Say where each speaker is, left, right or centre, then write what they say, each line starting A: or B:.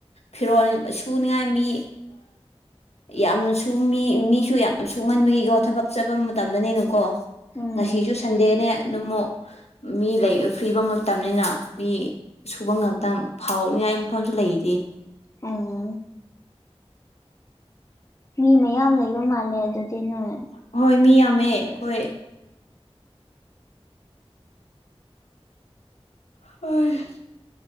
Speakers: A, on the left; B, on the left.
A: ꯐꯤꯔꯣꯜ ꯁꯨꯅꯤꯡꯉꯥꯏ ꯃꯤ ꯌꯥꯝꯅꯁꯨ ꯃꯤ ꯃꯤꯁꯨ ꯌꯥꯝ ꯁꯨꯡꯍꯟꯕꯒꯤꯀꯣ ꯊꯕꯛ ꯆꯠꯄ ꯇꯝꯅꯅꯦꯅꯨꯀꯣ
B: ꯎꯝ
A: ꯉꯁꯤꯁꯨ ꯁꯟꯗꯦꯅꯦ ꯑꯗꯨꯝ ꯑꯃꯨꯛ ꯃꯤ ꯂꯩꯕ ꯐꯤꯕ ꯃꯇꯝꯅꯤꯅ ꯃꯤ ꯁꯨꯕ ꯉꯥꯛꯇꯪ ꯐꯥꯎꯅꯤꯡꯉꯥꯏ ꯃꯐꯝꯁꯨ ꯂꯩꯔꯤ
B: ꯑꯣ ꯃꯤ ꯃꯌꯥꯝ ꯂꯩꯕ ꯃꯥꯜꯂꯦ ꯑꯗꯨꯗꯤ ꯅꯣꯏ
A: ꯍꯍꯣꯏ ꯃꯤ ꯌꯥꯝꯃꯦ ꯑꯩꯈꯣꯏ ꯍꯣꯏ